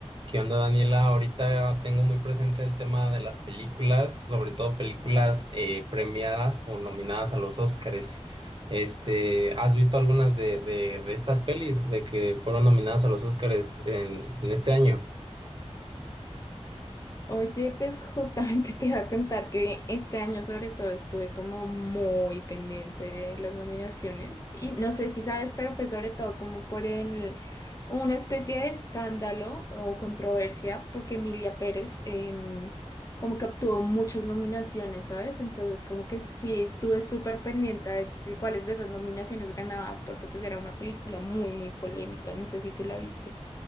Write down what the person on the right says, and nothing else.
¿Qué onda, Daniela? Ahorita tengo muy presente el tema de las películas, sobre todo películas eh, premiadas o nominadas a los Óscares. Este, ¿has visto algunas de, de, de estas pelis de que fueron nominadas a los Óscares en, en este año?